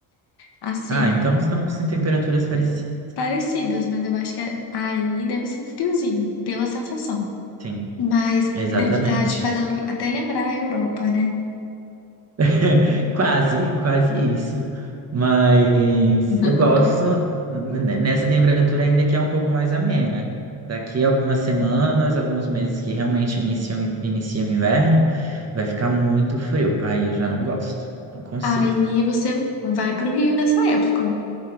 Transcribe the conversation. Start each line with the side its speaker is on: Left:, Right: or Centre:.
Left: Assim,
Right: Ah, então estamos em temperaturas parecidas.
Left: parecidas, mas eu acho que é- aí deve ser friozinho, pela sensação.
Right: Sim,
Left: Mas
Right: exatamente.
Left: deve estar te fazendo até lembrar a Europa, né?
Right: <laughs> Quase, quase isso. Mas
Left: <laughs>
Right: eu gosto n- n- nessa temperatura ainda que é um pouco mais amena. Daqui a algumas semanas, alguns meses que realmente iniciam, inicia o inverno, vai ficar muito frio. Aí eu já não gosto, não consigo.
Left: Aí você vai pro Rio nessa época.